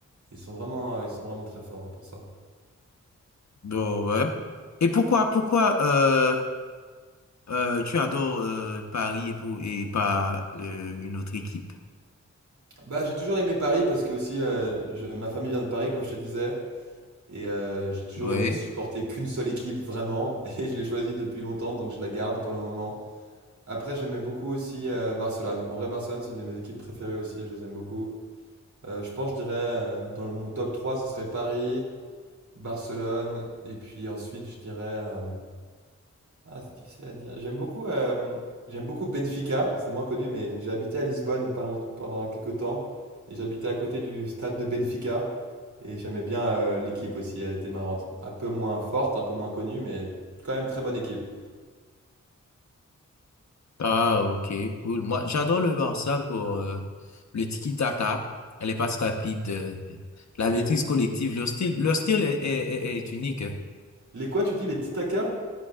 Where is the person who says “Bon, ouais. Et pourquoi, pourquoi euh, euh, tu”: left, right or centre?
Left